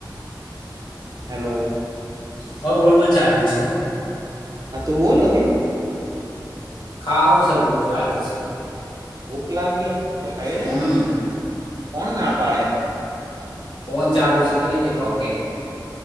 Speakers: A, on the right; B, on the left.
A: હેલો.
B: હવ બોલ બોલ ચાલુ જ છે હો
A: આ તું બોલ હવે.
B: ખાવું સે ભૂખ લાગી સે.
A: ભૂખ લાગી હે તો ખઈ લે
B: હમ
A: કોણ ના પાડે.
B: ફોન ચાલુ છે કેવી રીતે ખ‌ઉ કે.